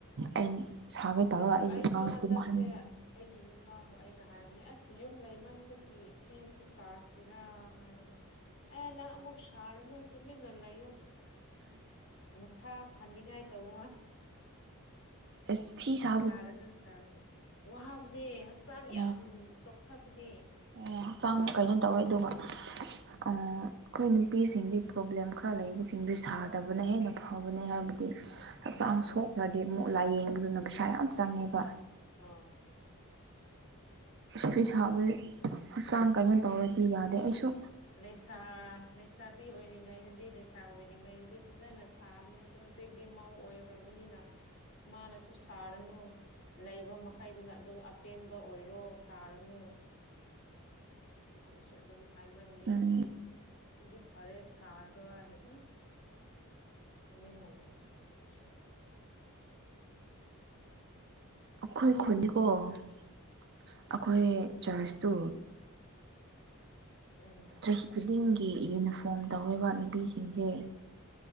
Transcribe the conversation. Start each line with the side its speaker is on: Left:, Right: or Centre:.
Right: ꯑꯩ ꯁꯥꯈꯩ ꯇꯧꯔꯒ
Left: ꯑꯩꯁꯨ
Right: ꯑꯉꯥꯡꯇꯨꯝꯍꯥꯟ
Left: ꯍꯟꯗꯛꯁꯦ ꯑꯩꯒꯤ ꯅꯨꯄꯥꯕꯨ ꯑꯩꯅ ꯍꯥꯏꯕꯅꯦ ꯑꯁ ꯌꯨꯝ ꯂꯩꯃꯟꯕꯒꯤ ꯐꯤꯁꯨ ꯁꯥ ꯑ ꯍꯥꯏꯔꯒ ꯑꯦ ꯅꯪ ꯑꯃꯨꯛ ꯁꯥꯔꯅꯨ ꯇꯨꯃꯤꯟꯅ ꯂꯩꯌꯣ ꯃꯁꯥ ꯐꯅꯤꯡꯉꯥꯏ ꯇꯧ
Right: ꯑꯦꯁ ꯐꯤꯁ
Left: ꯁꯥꯔꯅꯨ ꯁꯥꯔꯅꯨ ꯋꯥꯕꯅꯦ ꯍꯛꯆꯥꯡ
Right: ꯑꯥ
Left: ꯌꯥꯝ ꯆꯣꯊꯕꯅꯦ
Right: ꯑꯣ ꯍꯛꯆꯥꯡ ꯀꯩꯅꯣ ꯇꯧꯋꯦ ꯑꯗꯨꯒ ꯑꯩꯈꯣꯏ ꯅꯨꯄꯤꯁꯤꯡꯗꯤ ꯄ꯭ꯔꯣꯕ꯭ꯂꯦꯝ ꯈꯔ ꯂꯩꯕꯁꯤꯡꯗꯤ ꯁꯥꯗꯕꯅ ꯍꯦꯟꯅ ꯐꯕꯅꯦ ꯍꯥꯏꯕꯗꯤ ꯍꯛꯆꯥꯡ
Left: ꯑꯣ
Right: ꯁꯣꯛꯈ꯭ꯔꯗꯤ ꯃꯨꯛ ꯂꯥꯏꯌꯦꯡꯕꯗꯨꯅ ꯄꯩꯁꯥ ꯌꯥꯝ ꯆꯪꯉꯦꯕ
Left: ꯍꯣꯏ
Right: ꯄꯤ ꯁꯥꯕꯗꯤ ꯍꯛꯆꯥꯡ ꯀꯩꯅꯣ ꯇꯧꯔꯗꯤ ꯌꯥꯗꯦ ꯑꯩꯁꯨ
Left: ꯂꯩꯁꯥ ꯂꯩꯁꯥꯕꯤ ꯑꯣꯏꯔꯤꯉꯩꯗꯗꯤ ꯂꯩꯁꯥ ꯑꯣꯏꯔꯤꯉꯩꯗꯗꯤ ꯐꯖꯅ ꯁꯥꯕꯅꯦ ꯑꯗꯣ ꯍꯧꯖꯤꯛꯇꯤ ꯃꯧ ꯑꯣꯏꯈ꯭ꯔꯕꯅꯤꯅ ꯃꯥꯅꯁꯨ ꯁꯥꯔꯅꯨ ꯂꯩꯕ ꯃꯈꯩꯗꯨꯅ ꯑꯗꯨꯝ ꯑꯄꯦꯟꯕ ꯑꯣꯏꯔꯣ ꯁꯥꯔꯅꯨ ꯃꯥꯅꯁꯨ ꯑꯗꯨꯝ ꯍꯏꯃꯟꯒꯤ
Right: ꯎꯝ
Left: ꯑꯣ ꯑꯗꯨꯗꯤ ꯐꯔꯦ ꯁ꯭ꯔꯣꯏ ꯍꯥꯏꯅꯤ ꯑꯗꯨꯝ ꯇꯨꯃꯤꯟꯅ ꯂꯩꯈ꯭ꯔꯕꯅꯤ ꯑꯩꯁꯨ
Right: ꯑꯩꯈꯣꯏ ꯈꯨꯟꯅꯤꯀꯣ ꯑꯩꯈꯣꯏ ꯆꯥꯔꯖꯇꯣ
Left: ꯎꯝ
Right: ꯆꯍꯤ ꯈꯨꯗꯤꯡꯒꯤ ꯌꯨꯅꯤꯐꯣꯔꯝ ꯇꯧꯔꯤꯕ ꯅꯨꯄꯤꯁꯤꯡꯁꯦ